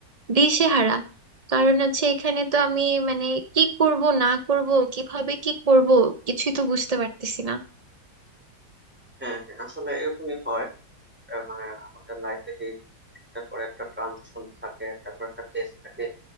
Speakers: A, on the right; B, in the centre.
A: দিশেহারা কারণ হচ্ছে এখানে তো আমি মানে কি করব না করব কিভাবে কি করব কিছুই তো বুঝতে পারতেছি না
B: হ্যাঁ হ্যাঁ আসলে এরকমই হয় আহ, মানে আমাদের লাইফে যে একটা করে একটা ট্রানজিশন থাকে একটা করে একটা ফেজ থাকে